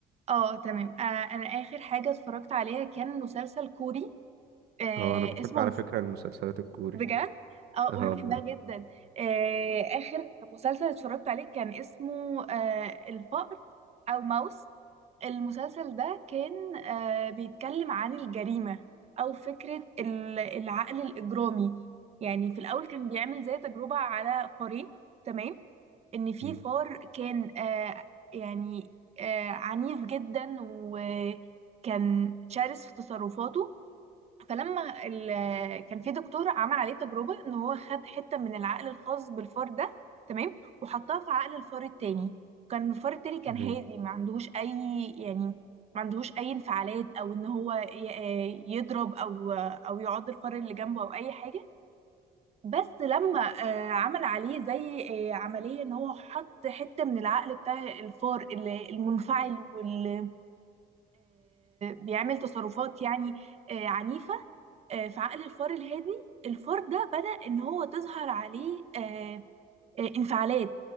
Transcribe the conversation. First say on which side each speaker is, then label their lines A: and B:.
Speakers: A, on the right (about 40°); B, on the right (about 75°).
A: اه تمام آه انا اخر حاجه اتفرجت عليها كان مسلسل كوري آه
B: اه انا بحب
A: اسمه
B: على
A: الف-
B: فكرة المسلسلات الكوري
A: بجد اه
B: اه
A: وانا بحبها
B: والله
A: جدا آه اخر مسلسل اتفرجت عليه كان اسمه آه الفأر او ماوس المسلسل ده كان آه بيتكلم عن الجريمه او فكره ال- العقل الاجرامي يعني في الاول كان بيعمل زي تجربه على فارين تمام ان في
B: مم.
A: فار كان آه يعني آه عنيف جدا وكان شرس في تصرفاته فلما ال- كان في دكتور عمل عليه تجربة ان هو خد حتة من العقل الخاص بالفار ده تمام وحطها في عقل الفار التاني كان الفار التاني كان
B: ايوه
A: هادي ما عندهوش اي يعني ما عندهوش اي انفعالات او ان هو ي- آه، يضرب او آه، او يعض الفار اللي جنبه او اي حاجة بس لما آه، عمل عليه زي آه، عملية ان هو حط حتة من العقل بتاع الفار اللي- المنفعل واللي بيعمل تصرفات يعني آه، عنيفة آه، في عقل الفار الهادي الفار ده بدأ ان هو تظهر عليه آه، آه، انفعالات